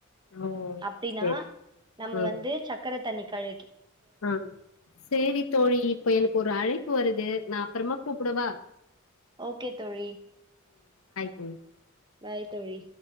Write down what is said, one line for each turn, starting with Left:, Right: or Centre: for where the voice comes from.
Left: ஓ
Right: அப்டின்னா
Left: சேரி
Right: நம்ம
Left: ம்
Right: வந்து சக்கர தண்ணி கை
Left: ஆ சேரி தோழி இப்ப எனக்கு ஒரு அழைப்பு வருது நா அப்புறமா கூப்புடவா
Right: ஓகே தோழி
Left: தோ <inaudible>
Right: பை தோழி